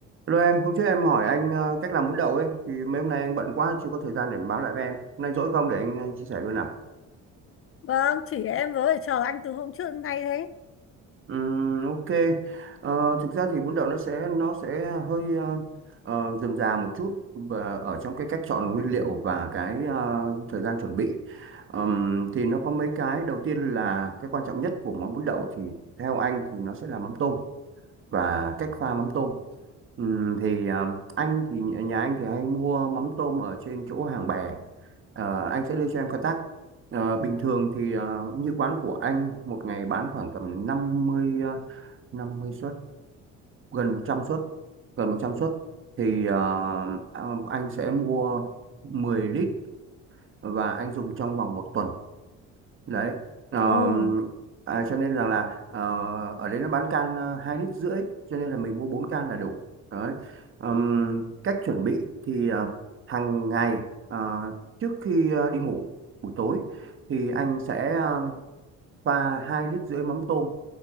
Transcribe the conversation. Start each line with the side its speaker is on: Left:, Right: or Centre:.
Right: Hello em, hôm trước em hỏi anh ờ, cách làm bún đậu ấy, thì mấy hôm nay anh bận quá chưa có thời gian để báo lại với em. Hôm nay rỗi không để anh ờ, chia sẻ luôn nào.
Left: Vâng, chỉ em với chờ anh từ hôm trước đến nay đấy.
Right: Ừm, ok, Ờ, thực ra thì bún đậu nó sẽ nó sẽ hơi ờ, ờ, rườm rà một chút và ở trong cái cách chọn nguyên liệu và cái ờ, thời gian chuẩn bị. Ừm, thì nó có mấy cái đầu tiên là cái quan trọng nhất của món bún đậu thì theo anh thì nó sẽ là mắm tôm. và cách pha mắm tôm Ừm, thì à, anh thì nhà nhà anh thì hay mua mắm tôm ở trên chỗ hàng bè Ờ, anh sẽ đưa cho em contact Ờ, bình thường thì à, như quán của anh một ngày bán khoảng tầm 50 à, năm mươi suất gần một trăm suất gần 100 suất thì à, à, anh sẽ mua 10 lít và anh dùng trong vòng một tuần đấy Ờ,
Left: Ồ,
Right: à, cho nên rằng là ờ, ở đây nó bán can ờ, hai lít rưỡi cho nên là mình mua 4 can là đủ đấy Ừm, cách chuẩn bị thì ờ, hàng ngày ờ, trước khi ờ, đi ngủ buổi tối thì anh sẽ ờ, pha hai lít rưỡi mắm tôm